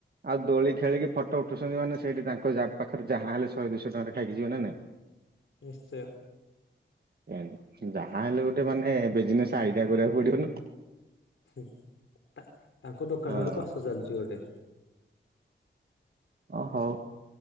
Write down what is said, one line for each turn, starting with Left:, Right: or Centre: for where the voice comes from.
Right: ଆଉ ଦୋଳି ଖେଳିକି ଫଟୋ ଉଠୁଛନ୍ତି ମାନେ ସେଠି ତାଙ୍କ ପାଖରେ ଯାହା ହେଲେ ଶହେ ଦୁଶହ ଟଙ୍କାର ଖାଇକି ଯିବେ ନା ନାଇଁ।
Left: ନିଶ୍ଚୟ।
Right: ମତି ଯାହା ହେଲେ ଗୋଟେ ମାନେ ବିଜନେସ୍ ଆଇଡିଆ କରିବାକୁ ପଡିବ ନା।
Left: ହୁଁ ତା ତାଙ୍କ ଦୋକାନ
Right: ହଁ।
Left: ଗୋଟେ କଷ ଚାଲିଚି ଗୋଟେ।
Right: ଓ ହଉ।